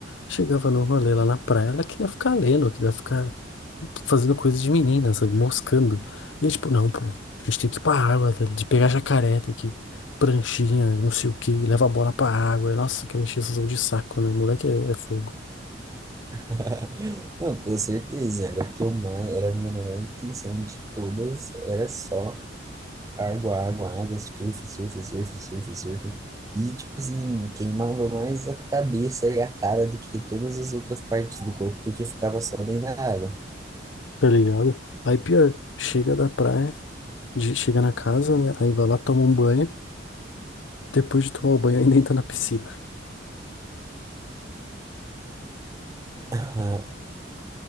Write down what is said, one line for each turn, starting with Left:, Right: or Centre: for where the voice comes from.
Left: Chegava no rolê lá na praia, ela queria ficar lendo, queria ficar fazendo coisa de menina, sabe? Moscando. E eu, tipo, não, pô, a gente tem que ir pra água, tá? de pegar jacaré, tem que pranchinha, não sei o quê, leva a bola pra água. E, nossa, aquela encheção de saco, né? Moleque é, é fogo,
Right: <laughs> Não, com certeza, era o que eu mais, era a minha maior intenção de todas, era só Água, água, água, surf, surf, surf, surf, surf. E, tipo assim, queimava mais a cabeça e a cara do que todas as outras partes do corpo, porque ficava só dentro da água.
Left: tá ligado? Aí pior, chega da praia, de- chega na casa, né? Aí vai lá, toma um banho. Depois de tomar o banho, ainda entra na piscina.
Right: <laughs> Ah,